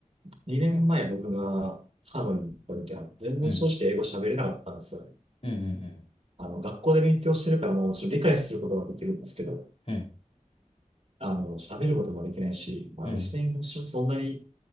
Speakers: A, on the right; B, on the left.
A: 2年前僕がハノイに行った時は、全然正直英語喋れなかったんですよね。
B: うん、うん、うん、うん、
A: あの、学校で勉強してるからもちろん理解することができるんですけど、
B: うん、
A: あの、喋ることもできないし、まあ、
B: うん、
A: リスニングもそんなに